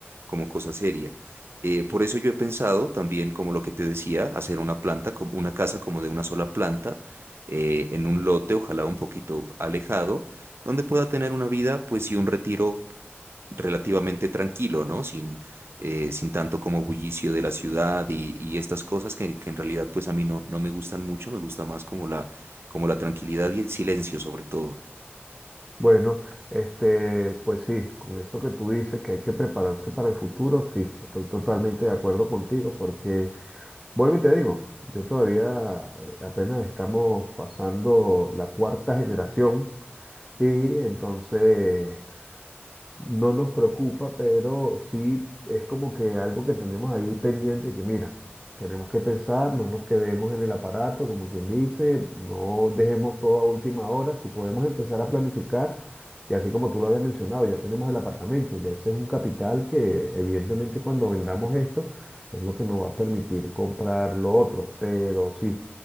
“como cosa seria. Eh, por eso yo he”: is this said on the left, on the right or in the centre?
Right